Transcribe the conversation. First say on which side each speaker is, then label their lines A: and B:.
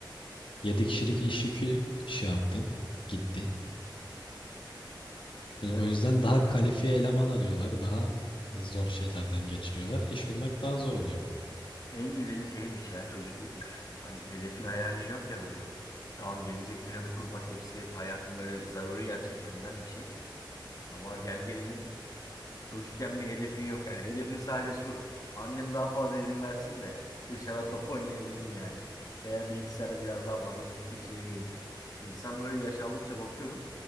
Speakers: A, on the left; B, on the left.
A: yedi kişilik iş yükü şey yaptı. Gitti. Yani
B: Ya
A: o yüzden daha kalifiye eleman arıyorlar. Daha zor şeylerden geçiriyorlar. İş bulmak daha zor oluyor.
B: en güzeli şeymiş ya çocuklukmuş. Hani hedefin hayalin yok ya böyle. Tamam gelecek planı kurmak hepsi hayatın böyle zaruri gerçeklerinden bir şey. Ama gel gelelim Çocukken bir hedefin yok yani. Hedefin sadece şu. Annem daha fazla izin versin de dışarıda top oynayabileyim yani. Veya bilgisayarda biraz daha fazla vakit geçirebileyim. İnsan böyle yaş aldıkça bakıyorum.